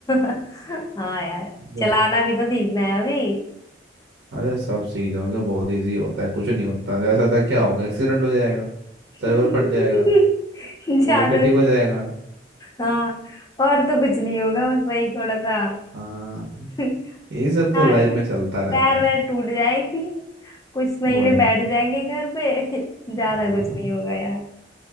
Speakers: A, on the left (about 20°); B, on the right (about 60°).
A: हाँ यार
B: लो
A: चलाना भी तो सीखना है अभी
B: अरे सब सीख जाओगे बहुत इजी होता है कुछ नहीं होता जैसा था क्या होगा एक्सीडेंट हो जाएगा सर्वर
A: <laughs>
B: फट जाएगा वो
A: ज्यादा
B: तो फिर ठीक हो जाएगा
A: हाँ और तो कुछ नहीं होगा बस वही थोड़ा सा
B: हाँ
A: <laughs>
B: ये सब तो
A: हाँ,
B: लाइफ में चलता रहता
A: पैर वैर
B: है
A: टूट जाएंगे कुछ महीने
B: वही
A: बैठ जाएंगे घर पे <laughs> ज्यादा
B: वही
A: कुछ
B: तो
A: नहीं होगा यार